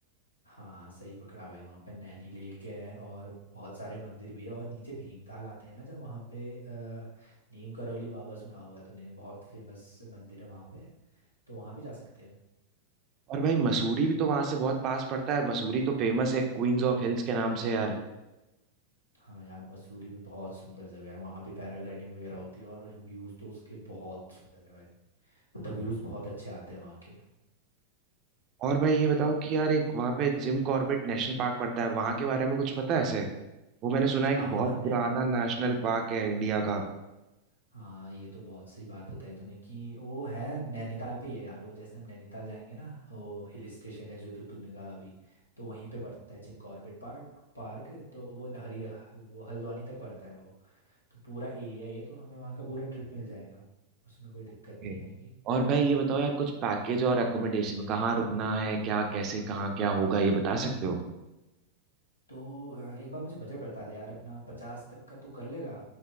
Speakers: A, on the left; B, on the right.
A: हाँ सही पकड़ा भाई वहाँ पे नैनी लेक है और बहुत सारे मंदिर भी है और नीचे भीमताल आते हैं ना जब वहाँ पे अ, नीम करौली बाबा सुना होगा तूने बहुत फेमस मंदिर है वहाँ पे तो वहाँ भी जा सकते हैं
B: और भाई मसूरी भी तो वहां से बहुत पास पड़ता है मसूरी तो फेमस है क्वींस ऑफ हिल्स के नाम से यार
A: हाँ यार मसूरी भी बहुत सुंदर जगह है वहाँ भी पैराग्लाइडिंग वगैरह होती है और व्यूज़ तो उसके बहुत सुंदर है भाई मतलब व्यूज बहुत अच्छे आते हैं वहाँ के
B: और भाई ये बताओ कि यार एक वहाँ पे जिम कॉर्बेट नेशनल पार्क पड़ता है वहाँ के बारे में कुछ पता है ऐसे वो मैंने सुना है
A: हाँ
B: कि
A: हाँ
B: बहुत
A: नै-
B: पुराना नेशनल पार्क है इंडिया का
A: हाँ ये तो बहुत सही बात बताई तूने कि वो है नैनीताल पे ही है यार वो जैसे हम नैनीताल जाएंगे ना वो हिल स्टेशन है जो तो तूने कहा अभी तो वहीं पे पड़ता है जिम कॉर्बेट पार्क पार्क तो वो न- हरी वो हल्द्वानी तक पड़ता है वो तो पूरा एरिया ये तो हमें वहाँ का पूरा ट्रिप मिल जाएगा उसमें कोई दिक्कत
B: ओके।
A: नहीं आएगी
B: और भाई ये बताओ यार कुछ पैकेज और अकोमोडेशन कहाँ रुकना है क्या कैसे कहाँ क्या होगा ये बता सकते हो
A: तो अ, एक बार मुझे बजट बता दे यार अपना पचास तक का तू कर लेगा